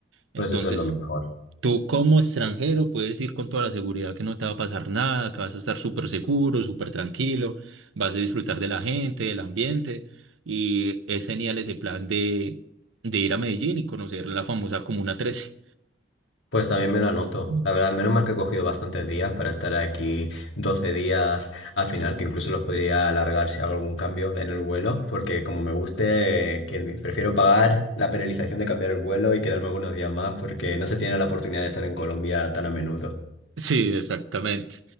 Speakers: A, on the right; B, on the left.
A: Entonces,
B: Pues eso es lo mejor.
A: Tú como extranjero puedes ir con toda la seguridad que no te va a pasar nada, que vas a estar súper seguro, súper tranquilo, vas a disfrutar de la gente, del ambiente y es genial ese plan de, de ir a Medellín y conocer la famosa Comuna 13.
B: Pues también me lo anoto.
A: Mm.
B: La verdad, menos mal que he cogido bastantes días para estar aquí 12 días al final, que incluso los podría alargar si hago algún cambio en el vuelo, porque como me guste, eh, que prefiero pagar la penalización de cambiar el vuelo y quedarme algunos días más, porque no se tiene la oportunidad de estar en Colombia tan a menudo.
A: Sí, exactamente.